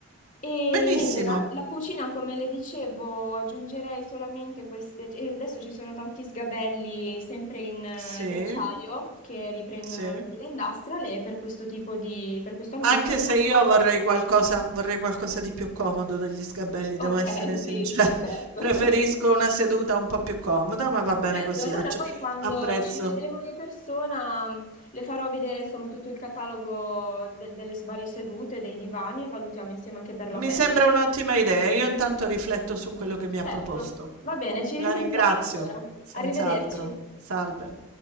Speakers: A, on the left (about 35°); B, on the right (about 80°).
A: E
B: Benissimo.
A: niente, la, la cucina, come le dicevo, aggiungerei solamente queste. e Adesso ci sono tanti sgabelli sempre in, eh,
B: Sì,
A: di acciaio che riprendono
B: sì.
A: lo stile industrial e per questo tipo di, per questo ambiente
B: Anche
A: siamo
B: se io
A: a posto.
B: vorrei qualcosa vorrei qualcosa di più comodo degli sgabelli, devo
A: Ok,
B: essere sincera.
A: sì, sì,
B: <laughs>
A: certo.
B: Preferisco
A: <laughs>
B: una seduta un po' più comoda, ma va bene
A: Certo,
B: così,
A: allora
B: acce
A: poi quando
B: apprezzo.
A: ci vedremo di persona mh, le farò vedere insomma tutto il catalogo del- delle varie sedute, dei divani e valutiamo insieme anche per
B: Mi
A: la pelle.
B: sembra un'ottima idea, io intanto rifletto su quello che mi
A: Certo,
B: ha proposto.
A: va bene, ci
B: La
A: risentiamo
B: ringrazio,
A: allora.
B: senz'altro.
A: Arrivederci.
B: Salve.